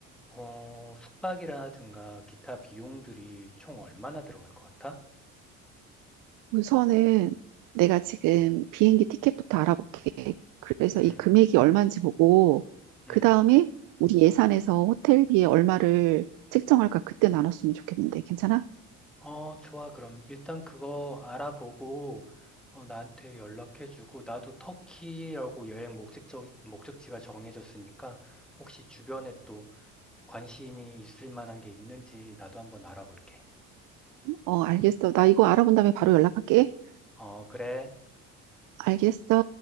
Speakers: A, in the centre; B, on the right (about 65°).
A: 어, 숙박이라든가 기타 비용들이 총 얼마나 들어갈 것 같아?
B: 우선은 내가 지금 비행기 티켓부터 알아볼게. 그래서
A: 음,
B: 이 금액이 얼마인지 보고,
A: 음.
B: 그 다음에 우리 예산에서 호텔비에 얼마를 책정할까 그때 나눴으면 좋겠는데, 괜찮아?
A: 어, 좋아. 그럼 일단 그거 알아보고, 어, 나한테 연락해주고, 나도 터키라고 여행 목적지, 목적지가 정해졌으니까, 혹시 주변에 또 관심이 있을 만한 게 있는지 나도 한번 알아볼게.
B: 어, 알겠어. 나 이거 알아본 다음에 바로 연락할게.
A: 어, 그래.
B: 알겠어.